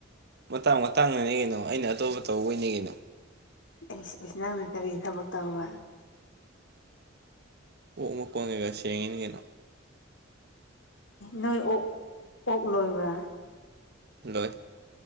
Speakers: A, on the right; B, on the left.
A: ꯃꯇꯥꯡ ꯃꯇꯥꯡꯅꯅꯦ ꯀꯩꯅꯣ ꯑꯩꯅ ꯑꯇꯣꯞꯄ ꯇꯧꯕꯩꯅꯦ ꯀꯩꯅꯣ
B: ꯏꯁ ꯏꯁ ꯅꯪꯅ ꯀꯔꯤ ꯊꯕꯛ ꯇꯧꯕ
A: ꯑꯣꯛ ꯃꯀꯣꯟ ꯀꯩꯀ ꯁꯦꯡꯉꯤꯅꯤ ꯀꯩꯅꯣ
B: ꯅꯣꯏ ꯑꯣꯛ ꯑꯣꯛ ꯂꯣꯏꯕ꯭ꯔꯥ
A: ꯂꯣꯏ